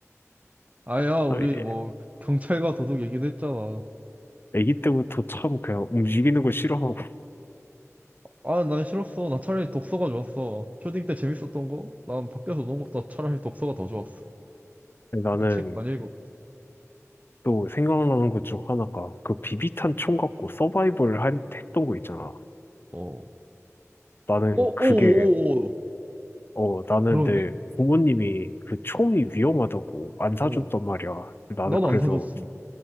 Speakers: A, on the right; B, on the left.
A: 아야, 우리
B: 아,
A: 뭐,
B: 예.
A: 경찰과 도둑 얘기도 했잖아.
B: 애기 때부터 참 그냥 움직이는 거 싫어하고
A: 아, 난 싫었어. 나 차라리 독서가 좋았어. 초딩 때 재밌었던 거? 난 밖에서 노는 것보다 차라리 독서가 더 좋았어.
B: 근데 나는
A: 나 책 많이 읽었고.
B: 또 생각나는 것 중 하나가 그 비비탄 총 갖고 서바이벌 한, 했던 거 있잖아.
A: 어. 어,
B: 나는
A: 오,
B: 그게
A: 오, 오.
B: 어 나는
A: 그러네?
B: 내 부모님이 그 총이 위험하다고 안 사줬단
A: 어.
B: 말이야. 나는
A: 나도
B: 그래서
A: 안 사줬어.